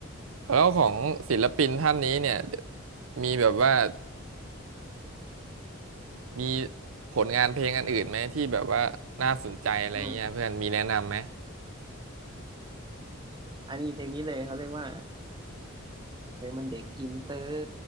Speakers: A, on the right; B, on the right.
A: แล้วของศิลปินท่านนี้เนี่ยมีแบบว่ามีผลงานเพลงอันอื่นไหมที่แบบว่าน่าสนใจอะไรเงี้ยเพื่อนมีแนะนำไหม
B: อืมอันนี้เพลงนี้เลยเขาเรียกว่าเธอมันเด็กอินเตอร์